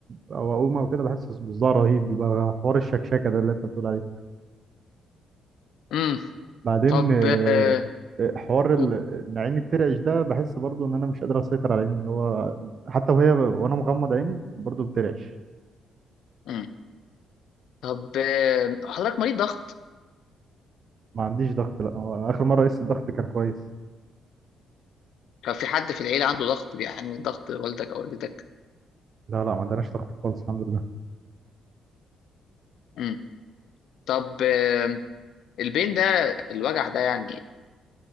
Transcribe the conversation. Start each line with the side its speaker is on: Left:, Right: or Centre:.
Right: او اقوم او كده بحس بصداع رهيب بيبقى حوار الشكشكه ده اللي انت بتقول عليه
Left: أمم.
Right: بعدين
Left: طب
Right: آه،
Left: آه،
Right: آه، حوار ال-
Left: أوه.
Right: ان عيني بترعش ده بحس برضو ان انا مش قادر اسيطر على عيني اللي هو حتى وهي وانا مغمض عيني برضو بترعش
Left: أمم. طب آه، حضرتك مريض ضغط
Right: ما عنديش ضغط لا هو أنا اخر مره قست الضغط كان كويس
Left: لو في حد في العيلة عنده ضغط بيعاني من ضغط والدك او والدتك
Right: لا لا ما عندناش ضغط خالص الحمد لله
Left: امم طب آه، البين ده الوجع ده يعني